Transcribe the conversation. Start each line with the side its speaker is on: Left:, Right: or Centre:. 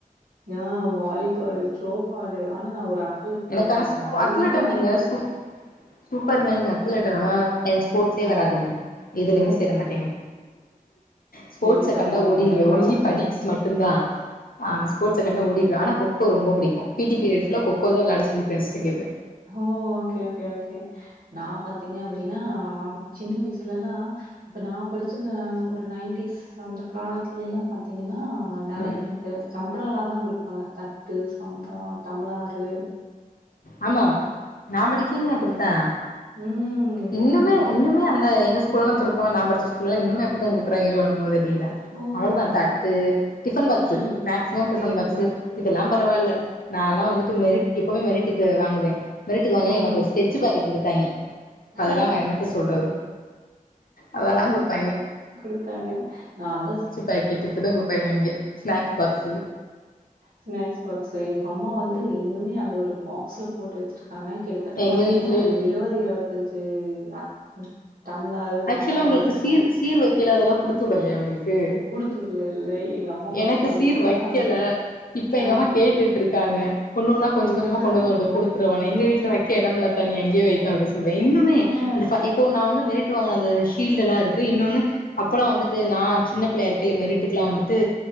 Right: ஈயா வாலிபாலு த்ரோபாலு ஆனா நா ஒரு அத் லெட் தாங்க
Left: எனக்கு ஆனா
Right: நெறையா
Left: அத்லட்டா நீங்க
Right: வாங்கிருக்கே
Left: சூப் சூப்பருங்க நீங்க அத்துலெட்டரா எனக்கு ஸ்போர்ட்ஸே வராதுங்க
Right: ஆமா.
Left: இதுலமே சேர மாட்டேங்க ஸ்போர்ட்ச
Right: எனக்கு
Left: கண்டா
Right: அதெல்லாம்
Left: ஓடிடுவே
Right: நல்லா
Left: ஒன்லி
Right: வருங்க.
Left: படிப்ஸ் மட்டுதா ஆ ஸ்போட்ச கண்ட ஓடிருவே ஆனா கொக்கோ ரொம்ப புடிக்கு பீ டி பீரியட்ல்ல ஃபுல்லா கொக்கோ விளாட சொல்லி ஃபிரண்ஸ் கிட்ட கேப்ப
Right: ஓ ஓகே ஓகே ஓகே நா பாத்தீங்க அப்டின்னா சின்ன வயசுலல்லா இப்ப நா படிச்சது ஒரு நைன்டீஸ் அந்த காலத்துல எல்லா பாத்தீங்கன்னா நெறையா
Left: ம்
Right: இந்த சம்பட எல்லா தா குடுப்பாங்க தட்டு சம்படோ டம்ளாறு
Left: ஆமா நா படிக்கேன்னு அப்டித்தா
Right: ம்.
Left: இன்னுமே
Right: அப்
Left: இன்னுமே அந்த எங்க ஸ்கூல்ல சொல்ல போனா நா படிச்ச ஸ்கூல்லா இன்னுமே அப்டிதா குடுக்காங்களோ எண்ணமோ தெரியல
Right: ஓ!
Left: அவ்ளோதா தட்டு டிஃபன் பாக்ஸ்ஸு
Right: ம்.
Left: மேக்சிமம் டிஃபன் பாக்ஸ்ஸு
Right: பாக்ஸு
Left: இதெல்லா
Right: கரெக்ட்டு.
Left: பரவாயில்ல நா எல்லா வந்துட்டு மெரிட் எப்பவுமே மெரிட்டுக்கு வாங்குவே மெரிட்டுக்கு வாங்க
Right: ம்.
Left: எனக்கு ஒரு ஸ்கெட்சு பாக்கெட் குடுத்தாங்க அதெல்லா
Right: ஆ
Left: நா என்னத்த சொல்றது அதெல்லா குடுப்பாங்க
Right: குடுத்தாங்க நா தா
Left: பேக்கெட் இப்பதா குடுப்பாங்க அங்க ஸ்நாக்ஸ் பாக்ஸ்ஸு
Right: ஸ்நாக்ஸ் பாக்ஸ்ஸு எங்க அம்மா வந்து இன்னுமே அது ஒரு பாக்ஸ்ல போட்டு வச்சிருக் காங்க கிட்டத்தட்ட பாத்தீங்கன்னா
Left: எங்க வீட்லயு
Right: ஒரு இருபது இருபத்தஞ்சு ஆ டம்ளார்
Left: ஆக்சுவலா
Right: தட்டோட
Left: உங்களுக்கு
Right: இருக்கு
Left: சீர் சீர் வைக்கல அதெல்லா குடுத்து விடலையா உங்களுக்கு
Right: குடு தூர்ல இல்லை எங்க அம்மா வந்து
Left: எனக்கு
Right: நீங்க
Left: சீர்
Right: இப்பத்தா
Left: வைக்கல
Right: வந்து
Left: இப்ப எங்க
Right: ஆ
Left: அம்மா கேட்டுட்டிருக்காங்க ஒண்னொன்னா கொஞ்ச
Right: வைக்கவா
Left: கொஞ்சமா கொண்டுவந்து கொடுத்துருவான்னு எங்க வீட்டுல வைக்க எடமில்ல பா நீ அங்கே வை பா அப்டி சொல்வே இன்னமே
Right: ஆ
Left: அந்த ஃபிர இப்போ நா வந்து மெரிட் டுல வாங்குன ஷீல்டு எல்லா இருக்கு இன்னொன்னு அப்பல்லா வந்துட்டு நா சின்ன பிள்ளையா இருக்கல மெரிட்டுக்கல வந்துட்டு